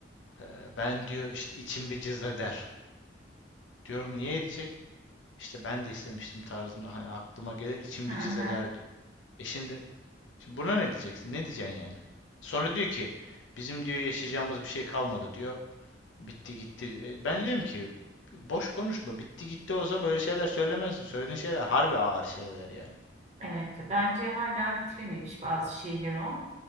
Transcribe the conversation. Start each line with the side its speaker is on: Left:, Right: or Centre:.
Left: "e, ben diyor işte içim bir cız eder. Diyorum niye edecek? İşte ben de istemiştim tarzında hani aklıma gelir içim
Right: hı
Left: bir cız
Right: hı.
Left: eder diyor. E şimdi, şimdi buna ne diyeceksin? Ne diyeceksin yani? Sonra diyor ki bizim diyor yaşayacağımız bir şey kalmadı diyor. Bitti gitti diyor. E, ben diyorum ki boş konuşma. Bitti gitti olsa böyle şeyler söylemezsin. Söylediğin şeyler harbi ağır şeyler yani.
Right: Evet, bence hala bitirememiş bazı şeyler o.